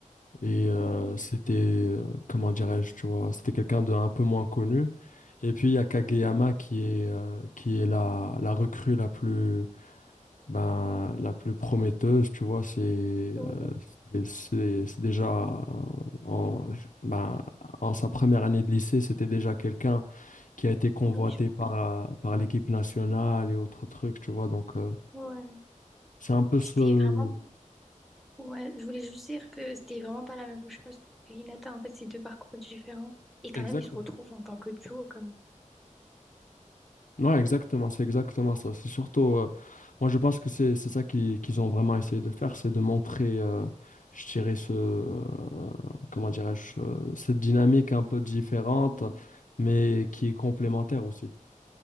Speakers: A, on the left; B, in the centre.
A: Et euh,
B: Oui,
A: c'était, euh, comment dirais-je, tu vois, c'était quelqu'un de un peu moins connu. Et puis il y a Kageyama
B: mhm.
A: qui est, euh, qui est la, la recrue la plus, ben, la plus prometteuse, tu vois. C'est euh,
B: Ouais.
A: c'est c'est- c'est déjà en, ben, en sa première année de lycée, c'était déjà quelqu'un qui a été convoité
B: Ah oui, je vois.
A: par, euh, par l'équipe nationale et autres trucs, tu vois. Donc euh,
B: Ouais,
A: c'est un peu ce.
B: c'était vraiment. Ouais, je voulais juste dire que c'était vraiment pas la même chose que Hinata. En fait, c'est deux parcours différents. Et quand
A: Exactement.
B: même, ils se retrouvent en tant que duo, quand même.
A: Ouais, exactement, c'est exactement ça. C'est surtout, euh, moi je pense que c'est c'est ça qui- qu'ils ont vraiment essayé de faire, c'est de montrer, euh, je dirais, ce, euh, comment dirais-je, euh, cette dynamique un peu différente,
B: Mhm.
A: mais qui est complémentaire aussi.